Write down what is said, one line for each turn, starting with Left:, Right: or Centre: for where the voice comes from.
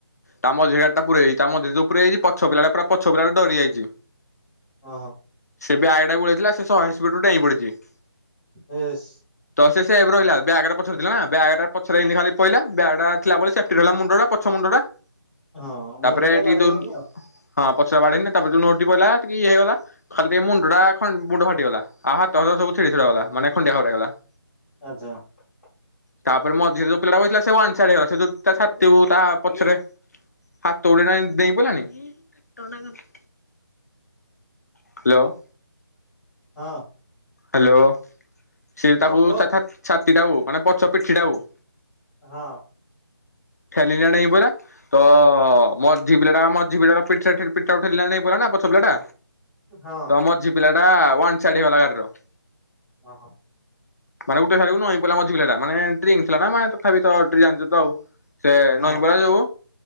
Left: ତା ମଝିରେ ଗାଡି ଟା ପୁରେଇ ଦେଇଛି ତା ମଝିରେ ଯୋଉ ପୁରେଇ ଦେଇଛି ପଛ ପିଲାଟା ପୁରା ପଛ ପିଲାଟା ପୁରା ଡରି ଯାଇଛି।
Centre: ଅ ହୋ ।
Left: ସେ ଵ୍ୟାଗ ଟାକୁ ଉଳେଇଥିଲା ସେ ଶହେ ସ୍ପିଡ୍ ରୁ ଡେଇଁପଡିଛି ।
Centre: ଏସ୍ ।
Left: ତ ସେ ସେଭ୍ ରହିଲା ବ୍ୟାଗରା ପଛଟେ ଥିଲା ନା ବ୍ଯାଗରା ପଛରେ ଏନ୍ତି ଖାଲି ପଇଲା ବ୍ୟାଗଟା ଥିଲା ବୋଲି ସେଫ୍ଟି ରହଲା ମୁଣ୍ଡ ଟା ପଛ ମୁଣ୍ଡ । ମୁଣ୍ଡଟା
Centre: ହଁ
Left: ତାପରେ
Centre: ମୁଣ୍ଡ ଟା ବାଡେଇ
Left: ଟିକେ ଯୋଉ
Centre: ହେଇନି
Left: ।
Centre: ଆଉ
Left: ହଁ ପଛରା ବାଢେଇିନି ତାପରେ ଯୋଉ ନୌଟି ପଇଲା ଟିକେ ଇଏ ହେଇଗଲା ଖାଲି ଟିକେ ମୁଣ୍ଡ ଟା । ହଁ ମୁଣ୍ଡ ଫାଟିଗଲା ଆ ହାତ ଫାତ ସବୁ ଛିଡି ଛିଡ଼ା ଗଲା ମାନେ ଖଣ୍ଡିଆ ଖାବରା ହେଇଗଲା ।
Centre: ଆଚା ।
Left: ତାପରେ ମଝିରେ ଯୋଉ ପିଲାଟା ବଇଥିଲା ସେ ୱାନ୍ ସାଇଡ ହେଇଗଲା ସେ ଯୋଉ ତା ଛାତିକୁ ତା ପଛରେ । ହାତ ଉଡେଇ ନା ଏମତି ଦେଇଁ ପିଇଲାଣି । ହ୍ୟାଲୋ ।
Centre: ହଁ ।
Left: ହ୍ୟାଲୋ ସେ ତାକୁ
Centre: କୁହ
Left: ତା ଛା ଛାତିଟାକୁ ମାନେ ପଛ ପିଠିଟାକୁ ।
Centre: ହଁ ।
Left: ଠେଲିକିନା ଡେଇଁପଇଲା ତ ମଝି ପିଲାଟା ମଝି ପିଲାର ପିଠିଟାକୁ ଠେ ପିଠିଟାକୁ ଠେଲିକିନା ଡେଇଁ ପାଇଲା ନା । ପଛ ପିଲା ଟା
Centre: ହଁ
Left: ତ ମଝି ପିଲାଟା ୱାନ ସାଇଡ ହେଇଗଲା ଗାଡିର ।
Centre: ଅ ହ ।
Left: ମାନେ ଗୋଟେ ସାଇଡକୁ ନଇଁ ପଇଲା ମଝି ପିଲାଟା ମାନେ ଡ୍ରୀଙ୍କ
Centre: ହଁ
Left: ଥିଲା ନା ମ ତଥାପି ତ ଜାଣିଛୁ ତ ଆଉ । ସେ
Centre: ହଁ
Left: ନଇଁ ପଇଲା ଯୋଉ